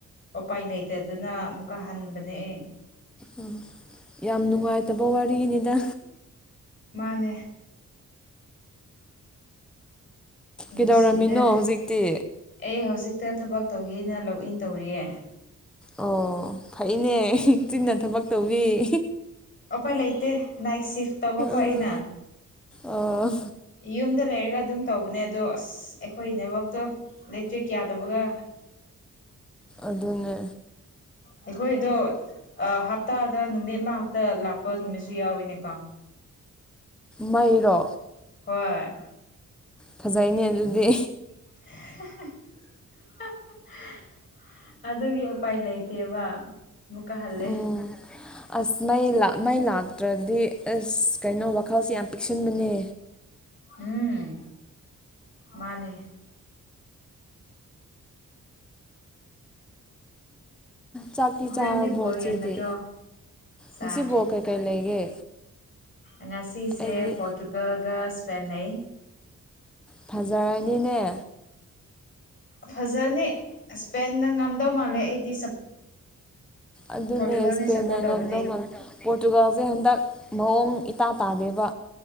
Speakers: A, on the left; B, in the centre.
A: ꯎꯄꯥꯏ ꯂꯩꯇꯗꯅ ꯑꯃꯨꯛꯀ ꯍꯟꯕꯅꯦ ꯑꯦ
B: ꯑꯣ ꯌꯥꯝ ꯅꯨꯡꯉꯥꯏꯇꯕ ꯋꯥꯔꯤꯅꯤꯗ
A: ꯃꯥꯅꯦ ꯅꯨꯡꯁꯤꯗ
B: ꯀꯩꯗꯧꯔꯝꯃꯤꯅꯣ ꯍꯧꯖꯤꯛꯇꯤ
A: ꯑꯩ ꯍꯧꯖꯤꯛꯇ ꯊꯕꯛ ꯇꯧꯒꯦꯅ ꯂꯣꯛꯏꯟ ꯇꯧꯔꯤꯌꯦ
B: ꯑꯣ ꯐꯩꯅꯦ ꯇꯤꯟꯅ ꯊꯕꯛ ꯇꯧꯕꯋ
A: ꯎꯄꯥꯏ ꯂꯩꯇꯦ ꯅꯥꯏꯠ ꯁꯤꯐ ꯇꯧꯕꯀꯣ ꯑꯩꯅ
B: ꯎꯝ ꯑꯣ
A: ꯌꯨꯝꯗ ꯂꯩꯔꯒ ꯑꯗꯨꯝ ꯇꯧꯕꯅꯦ ꯑꯗꯣ ꯑꯁ ꯑꯩꯈꯣꯏ ꯅꯦꯋꯥ꯭ꯔꯛꯇꯣ ꯏꯂꯦꯛꯇ꯭ꯔꯤꯛ ꯌꯥꯗꯕꯒ
B: ꯑꯗꯨꯅꯦ
A: ꯑꯩꯈꯣꯏꯗꯣ ꯍꯞꯇꯥꯗ ꯅꯨꯃꯤꯠ ꯉꯥꯛꯇ ꯂꯥꯛꯄ ꯅꯨꯃꯤꯠꯁꯨ ꯌꯥꯎꯋꯤꯅꯦꯀꯣ
B: ꯃꯩꯔꯣ
A: ꯍꯣꯏ
B: ꯐꯖꯩꯅꯦ ꯑꯗꯨꯗꯤ
A: <unintelligible> ꯑꯗꯨꯒꯤ ꯎꯄꯥꯏ ꯂꯩꯇꯦꯕ ꯑꯃꯨꯛꯀ ꯍꯜꯂꯦ
B: ꯎꯝ ꯑꯁ ꯃꯩ ꯃꯩ ꯂꯥꯛꯇ꯭ꯔꯗꯤ ꯑꯁ ꯀꯩꯅꯣ ꯋꯥꯈꯜꯁꯦ ꯌꯥꯝ ꯄꯤꯛꯁꯤꯟꯕꯅꯦ
A: ꯎꯝ ꯃꯥꯅꯦ
B: ꯆꯥꯛꯇꯤ
A: ꯍꯣꯔꯦꯟꯗꯤ
B: ꯆꯥꯔꯕꯣ
A: ꯕꯣꯜ
B: ꯆꯦꯗꯤ
A: ꯌꯦꯡꯒꯗ꯭ꯔꯣ ꯆꯥꯗ꯭ꯔꯤ
B: ꯉꯁꯤ ꯕꯣꯜ ꯀꯩꯀꯩ ꯂꯩꯒꯦ
A: ꯉꯁꯤꯁꯦ
B: ꯑꯩꯗꯤ
A: ꯄꯣꯔꯇꯨꯒꯜꯒ ꯏꯁꯄꯦꯟꯅꯩ
B: ꯐꯖꯔꯅꯤꯅꯦ
A: ꯐꯖꯅꯤ ꯏꯁꯄꯦꯟꯅ ꯉꯝꯗꯧ ꯃꯥꯜꯂꯦ ꯑꯩꯗꯤ
B: ꯑꯗꯨꯅꯦ
A: ꯄꯣꯔꯇꯨꯒꯜꯅꯤ
B: ꯏꯁꯄꯦꯟꯅ
A: ꯁꯞꯄꯣꯔꯠ ꯇꯧꯕꯗꯤ
B: ꯉꯝꯗꯧ ꯃꯥꯜꯂꯦ ꯄꯣꯔꯇꯨꯒꯥꯜꯁꯦ ꯍꯟꯗꯛ ꯃꯑꯣꯡ ꯏꯇꯥ ꯇꯥꯗꯦꯕ